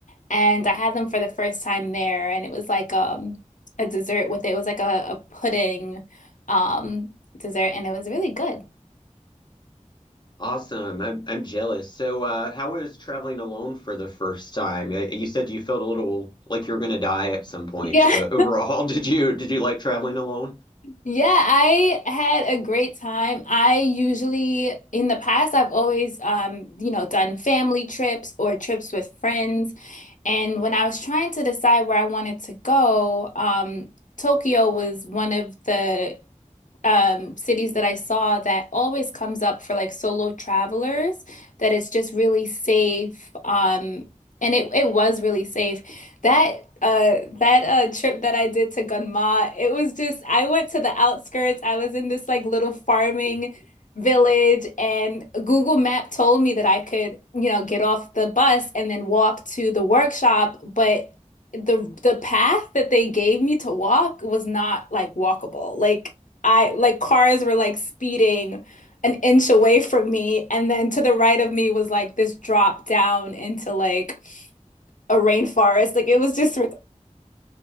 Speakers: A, on the left (about 85°); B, on the left (about 35°).
A: And I had them for the first time there, and it was like um a dessert with it. It was like a, a pudding um dessert, and it was really good.
B: Awesome. I'm I'm jealous. So, uh, how was traveling alone for the first time? Y- You said you felt a little like you were gonna die at some points,
A: Yeah.
B: but overall,
A: <laughs>
B: <laughs> did you did you like traveling alone?
A: Yeah, I had a great time. I usually in the past I've always um, you know, done family trips or trips with friends. And when I was trying to decide where I wanted to go, um, Tokyo was one of the um, cities that I saw that always comes up for like solo travelers, that it's just really safe. Um, and it, it was really safe. That uh that uh trip that I did to Gunma, it was just I went to the outskirts. I was in this like little farming
B: <laughs>
A: village and Google Map told me that I could, you know, get off the bus and then walk to the workshop, but the the path that they gave me to walk was not like walkable. Like I like cars were like speeding an inch away from me, and then to the right of me was like this drop down into like a rainforest. Like it was just,